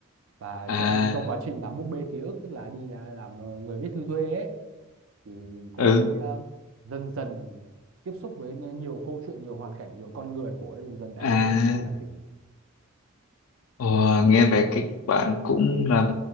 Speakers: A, on the right; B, on the left.
A: và
B: à
A: trong trong quá trình làm búp bê ký ức tức là đi là- làm ờ, người viết thư thuê ấy thì cô
B: ừ
A: ấy ờ, dần dần tiếp xúc với nhiều câu chuyện nhiều hoàn cảnh nhiều con người cô ấy dần dần đã
B: à
A: hiểu được yêu là gì
B: ồ, nghe về cái bạn cũng là